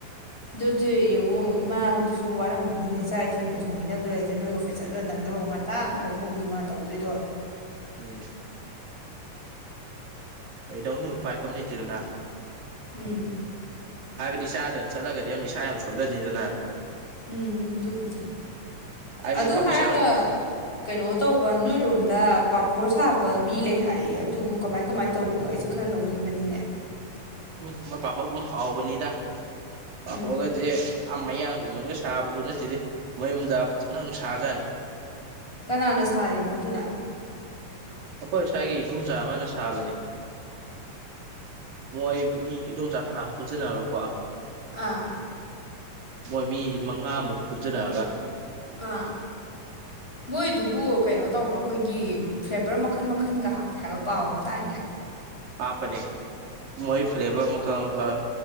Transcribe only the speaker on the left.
ꯑꯗꯨꯗꯤ ꯌꯦꯡꯉꯣ ꯏꯃꯥ ꯍꯣꯏꯗꯨꯁꯨ ꯋꯥꯔꯝꯃꯅꯤꯅꯦ ꯆꯥꯛ ꯏꯁꯤꯡꯗꯣ ꯊꯣꯡꯕꯤꯅꯕꯗꯨ ꯂꯩꯇ꯭ꯔꯦ ꯅꯣꯏ ꯑꯣꯐꯤꯁ ꯆꯠꯂ ꯅꯪꯅꯕ ꯉꯟ ꯇꯥ ꯑꯃꯨꯛ ꯍꯧꯒꯠꯅꯤ ꯃꯥ ꯇꯧꯗꯣꯏꯗꯣ
ꯎꯝ
ꯎꯝ ꯑꯗꯨꯕꯨꯗꯤ
ꯑꯗꯨ
ꯍꯥꯏꯔꯒ
ꯀꯩꯅꯣ ꯇꯧꯕ ꯅꯣꯏꯔꯣꯝꯗ ꯄꯥꯐꯣꯔ ꯁꯥꯕ ꯃꯤ ꯂꯩ ꯍꯥꯏꯌꯦ ꯑꯗꯨꯕꯨ ꯀꯃꯥꯏ ꯀꯃꯥꯏꯅ ꯇꯧꯕꯗꯣ ꯑꯩꯁꯦ ꯈꯔ ꯂꯧꯅꯤꯡꯕꯅꯤꯅꯦ
ꯎꯝ
ꯀꯅꯥꯅ ꯁꯥꯔꯤꯅꯣ ꯑꯗꯨꯅ
ꯑꯥ
ꯑꯥ
ꯃꯣꯏꯗꯨꯕꯨ ꯀꯩꯅꯣ ꯇꯧꯕ꯭ꯔꯣꯑꯩꯈꯣꯏꯒꯤ ꯐ꯭ꯂꯦꯕꯔ ꯃꯈꯟ ꯃꯈꯟꯒ ꯍꯥꯞꯄꯦ ꯍꯥꯏꯕ ꯄꯥꯎ ꯑꯃ ꯇꯥꯏꯅꯦ